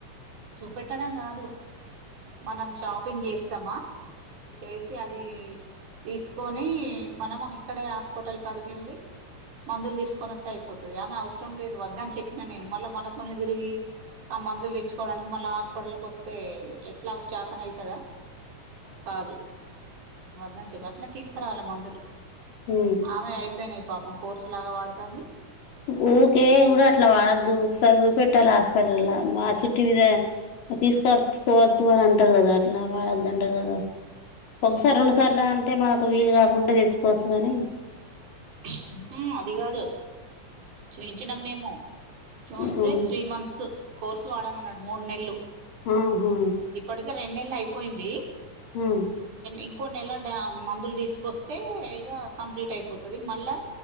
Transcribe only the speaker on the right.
చూపెట్టడం కాదు మనం షాపింగ్ చేస్తామ చేసి అది తీసుకొని మనం ఇక్కడే హాస్పిటల్కి కాడికి ఎల్లి మందులు తీసుకొనోస్తే అయిపోతది ఆమె అవసరం లేదు వద్ద అని చెప్పిన నేను మళ్ళా మనతోనే తిరిగి ఆ మందులు తెచ్చుకోవడానికి మళ్ళా హాస్పిటల్కి వస్తే ఎట్ల ఒక చతన అయితద కాదు వద్దని చెప్పి అట్లే తీసుకురావాలి మందులు
ఆమె అయిపోయినాయి పాపం కోర్సులాగ వాడుతంది
అది
<unintelligible> అది కాదు చూఇంచినం మేము చూస్తే
త్రీ మంత్స్ కోర్సు వాడమన్నాడు మూడు నెలలు
ఇప్పటికి రెండుళ్లు అయిపోయింది
ఇంకో నెల మందులు తీసుకొస్తే ఇక కంప్లీట్ అయిపోతుంది మళ్ళా